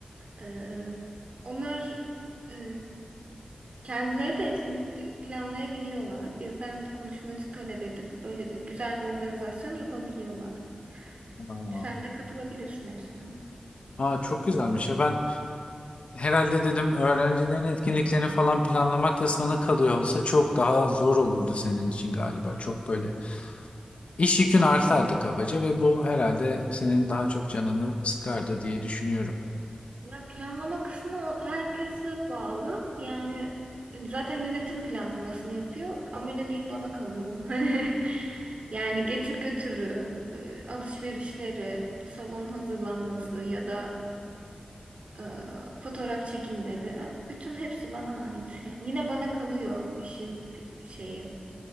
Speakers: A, on the right (about 60°); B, on the left (about 60°).
A: Ee, onlar e, kendileri de etkinlik planlayabiliyorlar. Bizden konuşmacı talep edip böyle bir güzel bir organizasyon yapabiliyorlar.
B: Aa,
A: Sen de katılabilirsin hepsine.
B: aa, çok güzelmiş ya ben herhalde dedim öğrencilerin etkinliklerini falan planlamak da sana kalıyor olsa çok daha zor olurdu senin için galiba çok böyle iş yükün artardı kabaca ve bu herhalde senin daha çok canını sıkardı diye düşünüyorum.
A: Ya planlama kısmı o- herkese bağlı. Yani zaten yönetim planlamasını yapıyor. Ameleliği bana kalıyor. <laughs> Hani yani getir götürü, e, alışverişleri, salon hazırlanması ya da e, fotoğraf çekimleri e, bütün hepsi bana ait. Yani yine bana kalıyor işin pi- şeyi.